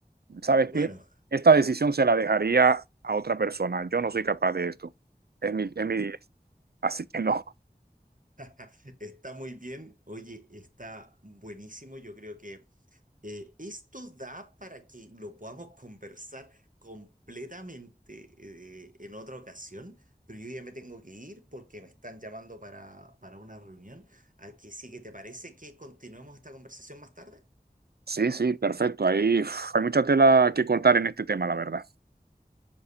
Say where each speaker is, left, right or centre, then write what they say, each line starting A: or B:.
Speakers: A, on the right (about 70°); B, on the right (about 55°).
A: ¿Sabes
B: Bueno,
A: qué? Esta decisión se la dejaría a otra persona, yo no soy capaz de esto. Es mi, es mi, así que no.
B: <laughs> está muy bien. Oye, está buenísimo. Yo creo que Eh, esto da para que lo podamos conversar completamente eh, en otra ocasión, pero yo ya me tengo que ir porque me están llamando para, para una reunión. Aquí sí que te parece que continuemos esta conversación más tarde.
A: Sí, sí, perfecto. Ahí uf, hay mucha tela que cortar en este tema, la verdad.